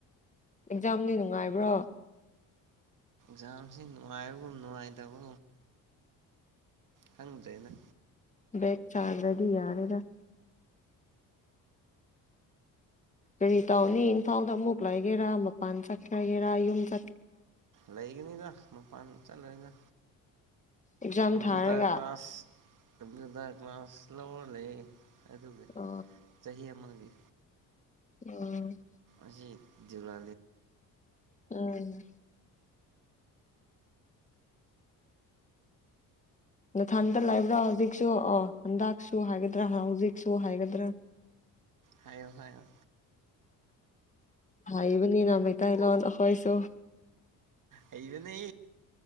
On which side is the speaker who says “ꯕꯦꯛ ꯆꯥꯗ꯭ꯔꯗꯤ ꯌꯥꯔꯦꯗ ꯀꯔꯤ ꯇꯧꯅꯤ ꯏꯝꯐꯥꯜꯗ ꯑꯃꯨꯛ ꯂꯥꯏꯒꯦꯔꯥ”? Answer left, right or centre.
Left